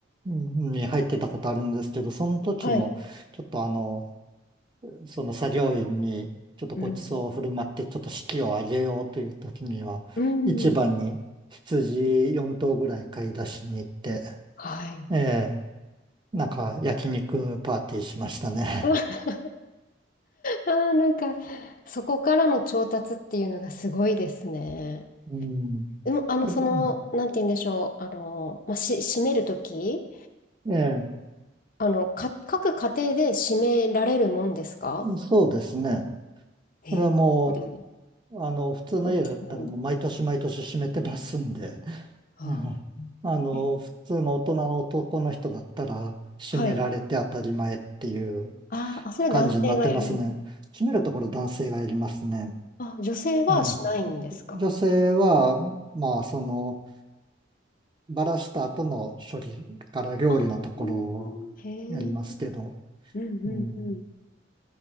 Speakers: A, on the right; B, on the left.
A: うんに入ってたことあるんですけど、その時も、
B: はい。
A: ちょっとあの、その作業員に、ちょっとごちそうを振る舞って、
B: うん。
A: ちょっと士気を上げようという時には、
B: うん。
A: 市場に羊4頭ぐらい買い出しに行って、
B: はい。
A: ええなんか焼肉パーティーしましたね。
B: <laughs> ああ、<laughs> なんか、そこからの調達っていうのがすごいですね。
A: うん。
B: でも、あの、
A: あとうん
B: その、なんて言うんでしょう、あの、まあ、し、閉めるとき
A: ええ
B: あの、か、各家庭で締められるもんですか
A: そうですね。
B: えー、
A: それはも
B: そうですね
A: う、あの、普通の家だったらもう毎年毎年閉めてますんで、
B: そうです締めるんだ。
A: <laughs>
B: あ
A: うんあの、
B: ーえ
A: 普通の大人の男の人だったら閉められて当たり前っていう
B: はい。あーあ、それは男性がやるんです
A: 感じになってますね。閉めるところ男性がやりますね。
B: かあ、女性はしないんですか
A: うん。女性は、まあ、その、バラした後の処理から料理のところをやりますけど、
B: あへえ。うんうんうん。
A: うん。